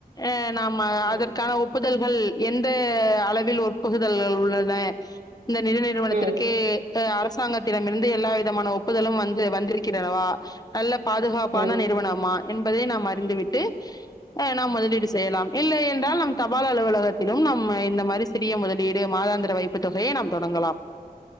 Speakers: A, on the left (about 25°); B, on the right (about 60°).
A: ஆ நாம
B: ம்
A: அதற்கான ஒப்புதல்கள் எந்த அள வில் ஒப்புகுதல்கள் உள்ளன இந்த நிதி நிறுவனத்திற்கு
B: ம்
A: அ அரசாங்கத்திடமிருந்து எல்லா விதமான ஒப்புதலும் வந்து வந்திருக்கிதளவா நல்ல பாதுகாப்பான
B: ம் ம் ம்
A: நிறுவனமா என்பதை நாம் அறிந்துவிட்டு அ நாம் முதலீடு செய்யலாம் இல்லை என்றால் நம் தபால் அலுவலகத்திலும் நம் இந்த மாரி சிறிய முதலீடு மாதாந்திர வைப்பு தொகையை நாம் தொடங்கலாம்